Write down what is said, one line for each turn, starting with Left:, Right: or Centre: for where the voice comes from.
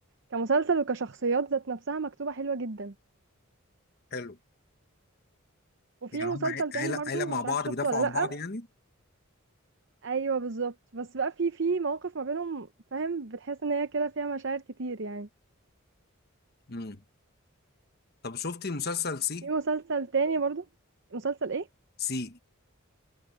Right: كمسلسل وكشخصيات ذات نفسها مكتوبة حلوة جدا
Left: حلو
Right: وفي
Left: يعني
Right: مسلسل
Left: هم عي-
Right: تاني
Left: عيلة
Right: برضو
Left: عيلة مع
Right: مش
Left: بعض
Right: عارف شفته
Left: بيدافعوا
Right: ولا لأ
Left: عن بعض يعني
Right: ايوه بالظبط بس بقى في في مواقف ما بينهم فاهم بتحس ان هي كده فيها مشاعر كتير يعني
Left: امم طب شفتي مسلسل سي
Right: في مسلسل تاني برضو مسلسل ايه
Left: سي